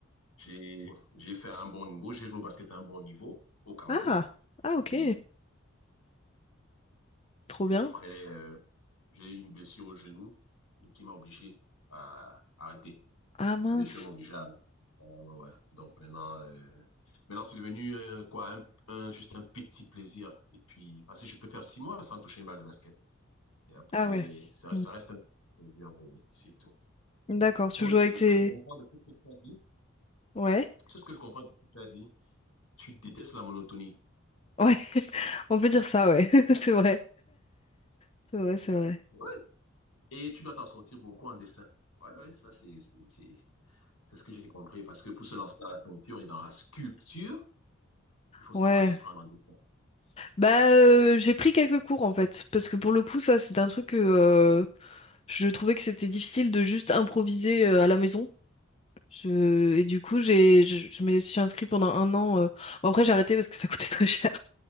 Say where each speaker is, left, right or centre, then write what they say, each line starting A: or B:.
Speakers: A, on the left; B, on the left.
A: j'ai, j'ai fait un bon niveau, j'ai joué au basket à un bon niveau au Cameroun.
B: Ah, ah, ok,
A: Et,
B: trop
A: et
B: bien.
A: après, euh, j'ai eu une blessure au genou qui m'a obligé à arrêter.
B: Ah mince.
A: La blessure m'obligea. à- Ouais, ouais. ouais. Donc maintenant, euh, maintenant c'est devenu euh, quoi, un, un- juste un petit plaisir. Et puis, parce que je peux faire six mois sans toucher une balle de basket. Et après,
B: Ah ouais.
A: ça,
B: Mm.
A: ça reste un petit plaisir, oui, oui, c'est tout.
B: D'accord, tu
A: Bon, mais
B: joues
A: tu
B: avec
A: sais
B: tes...
A: ce que je comprends de tout ce que tu as dit?
B: Ouais,
A: Tu sais ce que je comprends de tout ce que tu as dit? Tu détestes la monotonie.
B: ouais, <laughs> on peut dire ça, ouais, <laughs> c'est vrai, c'est vrai, c'est vrai.
A: Ouais. Et tu dois t'en sortir beaucoup en dessin. Ouais, ouais, ça, c'est, c'est, c'est c'est ce que j'ai compris. Parce que pour se lancer dans la peinture et dans la sculpture, il faut
B: Ouais,
A: savoir s'y prendre en dessin.
B: Bah, euh, j'ai pris quelques cours en fait, parce que pour le coup, ça, c'est un truc que euh, je trouvais que c'était difficile de juste improviser euh, à la maison. Je- Et du coup, j'ai, je, je me suis inscrite pendant un an. euh. Bon, après, j'ai arrêté parce que ça coûtait <laughs> très cher.